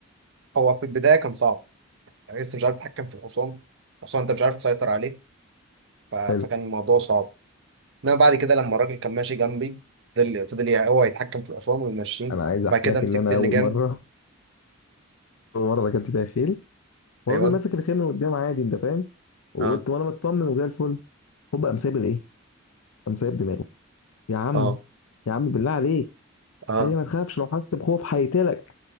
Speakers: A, on the right; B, on the left.
A: هو في البدايه كان صعب يعني لسه مش عارف اتحكم في الحصان الحصان انت مش عارف تسيطر عليه ف... فكان
B: حلو
A: الموضوع صعب انما بعد كده لما الراجل كان ماشي جنبي فضل فضل ي- هو يتحكم في الحصان ويمشيه
B: انا عايز احكي
A: بعد كده
B: لك
A: مسكت
B: ان انا
A: اللجام
B: اول مره <laughs> اول مره ركبت فيها خيل والراجل
A: ايوه
B: ماسك الخيل من قدام عادي انت فاهم وقلت
A: اه
B: وانا مطمن وزي الفل هوب قام سايب الايه قام سايب دماغه يا عم
A: اه
B: يا عم بالله عليك
A: اه
B: قال لي ما تخافش لو حس بخوف هيقتلك